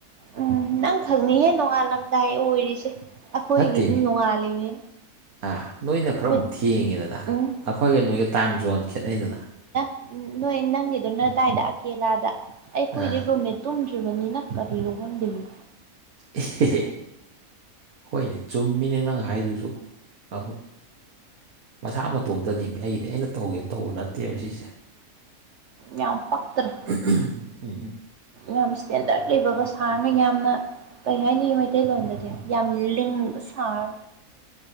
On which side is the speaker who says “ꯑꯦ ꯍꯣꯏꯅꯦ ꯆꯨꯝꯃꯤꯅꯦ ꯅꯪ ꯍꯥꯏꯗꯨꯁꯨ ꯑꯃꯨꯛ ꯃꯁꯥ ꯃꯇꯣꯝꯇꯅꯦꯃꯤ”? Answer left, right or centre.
Right